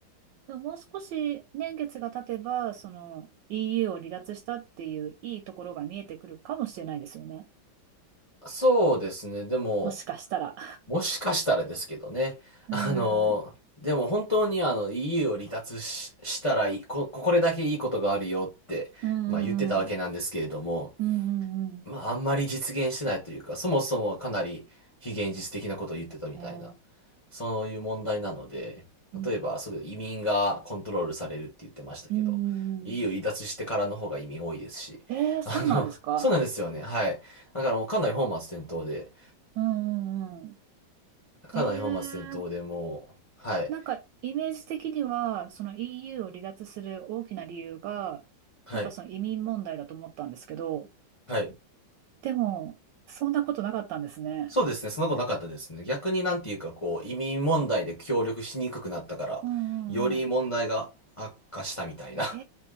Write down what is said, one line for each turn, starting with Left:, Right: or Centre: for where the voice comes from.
Right: でももう少し年月が経てば、その EU を離脱したっていういいところが見えてくるかもしれないですよね。
Left: そうですね。でも、
Right: もしかしたら。
Left: もしかしたらですけどね。
Right: <laughs> うん。
Left: あの、
Right: う
Left: でも本当にあの EU を離脱し、したらいい、こ、これだけいいことがあるよって、
Right: んうんうん。
Left: まあ言ってたわけなんですけれども、
Right: うんうんうん。
Left: まああんまり実現してないというか、そもそもかなり非現実的なことを言ってたみたいな、
Right: え
Left: そういう問題なので、
Right: ー
Left: 例えば、それ移民がコントロールされるって言ってましたけど、
Right: うー
Left: EU 離脱してからの方が移民多いですし、
Right: ん。えー、そうなんですか
Left: あの、そうなんですよね。はい。だからもうかなり本末転倒で
Right: うんうんう
Left: かなり本末転倒でもう、
Right: ん。えー、
Left: はい、
Right: なんかイメージ的には、その EU を離脱する大きな理由が、
Left: はい、
Right: やっぱその移民問題だと思ったんですけど、
Left: はい。
Right: でも、そんなことなかったんですね。
Left: そうですね、そのことなかったですね。逆になんていうか、こう、移民問題で協力しにくくなったから、
Right: うんうんうん。
Left: より問題が悪化したみたいな。
Right: え